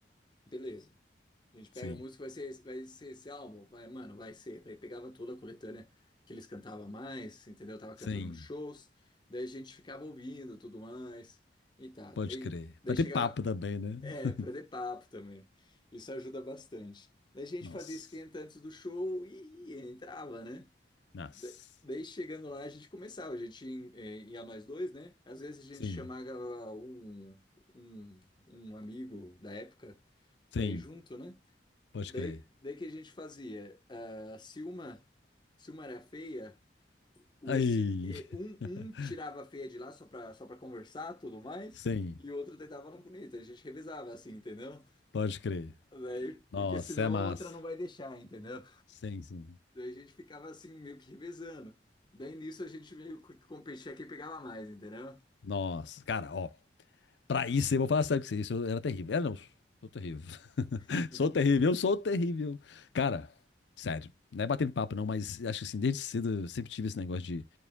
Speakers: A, on the left; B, on the left.
A: Beleza. A gente pega
B: Sim.
A: a música, vai ser, vai ser esse álbum, vai, mano, vai ser. Daí pegava toda a coletânea que eles cantavam mais, entendeu? Tava cantando
B: Sim.
A: nos shows, daí a gente ficava ouvindo tudo mais e tá.
B: Pode
A: Daí,
B: crer.
A: daí
B: Vai
A: chegava,
B: ter papo também, né?
A: é,
B: <laughs>
A: pra ter papo também. Isso ajuda bastante. Daí a gente
B: Nossa.
A: fazia esquenta antes do show e entrava, né?
B: Nossa.
A: Da- Daí chegando lá a gente começava, a gente ia, é, ia nós dois, né? Às vezes a gente
B: Sim,
A: chamava um, um, um amigo da época
B: sim,
A: pra ir junto, né?
B: pode
A: Daí,
B: crer.
A: daí que a gente fazia? ah, se uma, se uma era feia, o
B: Aí.
A: esse, eh, um,
B: <laughs>
A: um tirava a feia de lá só pra, só pra conversar tudo mais,
B: Sim,
A: e o outro tentava na bonita. A gente revezava assim, entendeu?
B: pode crer.
A: Daí,
B: Nossa,
A: porque senão
B: é massa.
A: a outra não vai deixar, entendeu?
B: Sim, sim.
A: Daí a gente ficava assim, meio que revezando. Daí nisso a gente meio que competia quem pegava mais, entendeu?
B: Nossa, cara, ó, Pra isso, eu vou falar sério com você. Isso eu era terrível. Era não, sou terrível.
A: <laughs>
B: <laughs> Sou terrível, eu sou terrível. Cara, sério. Não é batendo papo, não, mas acho que assim, desde cedo eu sempre tive esse negócio de.